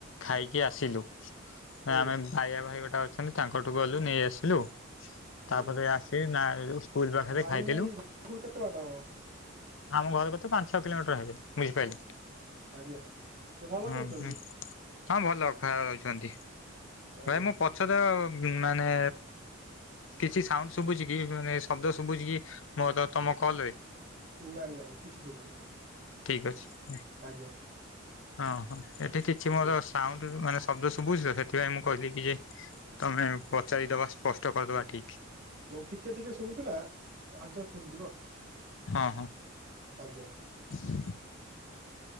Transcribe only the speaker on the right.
ହୁଁ
ଆଜ୍ଞା
ବାଇ
ଭାଇ ଘରରୁ କେତେ ବାଟ ହବ?
ଆଜ୍ଞା। ସେ ଭଲ
କରୁଛନ୍ତି
ଆଜ୍ଞା
ନାଇଁ ନାଇଁ କିଛି ଶୁବୁନି।
ଆଜ୍ଞା।
ହୁଁ।
ଟିକେ ଟିକେ ଶଭୁଥିଲା ଆଡଜଷ୍ଟ ହେଇଯିବ।
ଆଜ୍ଞା।